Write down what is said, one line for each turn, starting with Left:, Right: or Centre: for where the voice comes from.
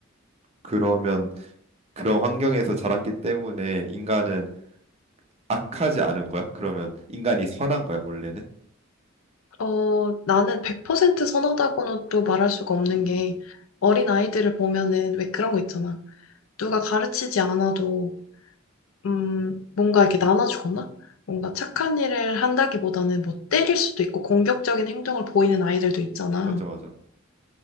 Right: 그러면 그런 환경에서 자랐기 때문에 인간은 악하지 않은 거야? 그러면 인간이 선한 거야, 원래는?
Left: 어, 나는 100% 선하다고는 또 말할 수가 없는
Right: 음, 음.
Left: 게
Right: 음.
Left: 어린 아이들을 보면은 왜 그런 거 있잖아. 누가 가르치지 않아도 음, 뭔가 이렇게 나눠주거나, 뭔가 착한 일을 한다기보다는 뭐 때릴 수도 있고 공격적인 행동을 보이는 아이들도 있잖아.
Right: 맞죠, 맞아.